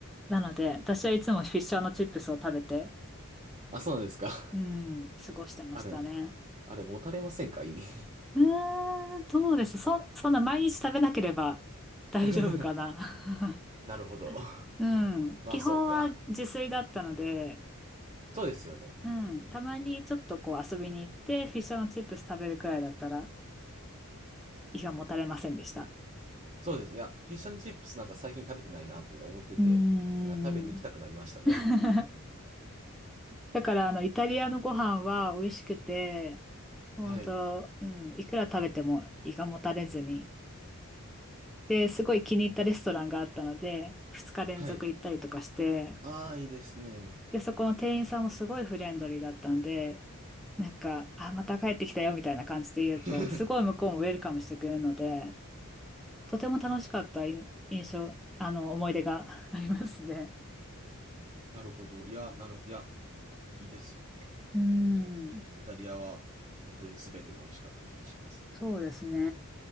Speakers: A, in the centre; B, on the right.
A: なので、私はいつもフィッシャーのチップスを食べて、
B: あ、そうなんですか。<laughs>
A: うん、過ごしてましたね。
B: あれ、あれ、持たれませんか胃に
A: うーん、どうでしょう。そ、そんな毎日食べなければ <laughs> 大丈夫かな。
B: <laughs> なるほど。<laughs>
A: <laughs> うん。
B: まあ、
A: 基本は自炊だったので、
B: そうか。そうですよね。
A: うん。たまにちょっとこう遊びに行って、フィッシュチップス食べるくらいだったら、胃がもたれませんでした。
B: そうです。いや、フィッシュチップスなんか最近食べてないなって今思ってて、
A: うーん。
B: なんか食べに行きたくなりましたね。
A: <laughs> だから、あの、イタリアのご飯は美味しくて、本当、
B: はい。
A: うん、いくら食べても胃がもたれずに。で、すごい気に入ったレストランがあったので、二日連続行ったりとかして、
B: はい。ああ、いいですね。
A: で、そこの店員さんもすごいフレンドリーだったんで、なんか、あ、また帰ってきたよみたいな感じで言うと、
B: <laughs>
A: すごい向こうもウェルカムしてくれるので、とても楽しかったい印象、あの、思い出が <laughs> ありますね。
B: なるほど。いや、なる、いや、いいですよね。
A: うん、
B: 本当にね。イタリアは本当に全てが美味しかった気がします。
A: そうですね。